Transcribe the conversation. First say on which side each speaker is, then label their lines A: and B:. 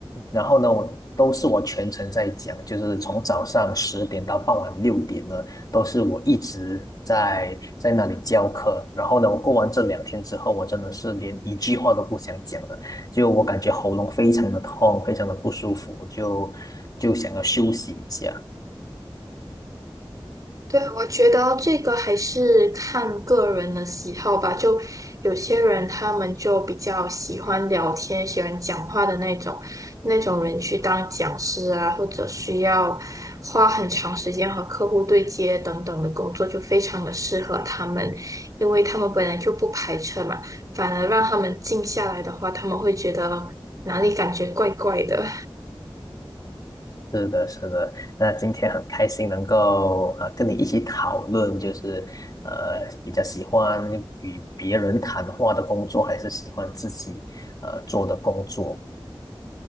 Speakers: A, on the left; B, on the right.
A: 然后呢，我都是我全程在讲，就是从早上十点到傍晚六点呢，都是我一直在在那里教课，然后呢，我过完这两天之后，我真的是连一句话都不想讲了。就我感觉喉咙非常的痛，非常的不舒服，就就想要休息一下。
B: 对，我觉得这个还是看个人的喜好吧。就有些人他们就比较喜欢聊天、喜欢讲话的那种，那种人去当讲师啊，或者需要花很长时间和客户对接等等的工作，就非常的适合他们，因为他们本来就不排斥嘛，反而让他们静下来的话，他们会觉得哪里感觉怪怪的。
A: 是的，是的。那今天很开心能够呃跟你一起讨论，就是呃比较喜欢与别人谈话的工作，还是喜欢自己呃做的工作。